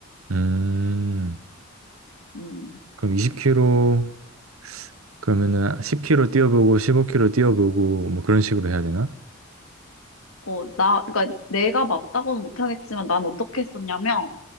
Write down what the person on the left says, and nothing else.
음.
어, 나, 그러니까 내가 맞다고는 못하겠지만 난 어떻게 했었냐면,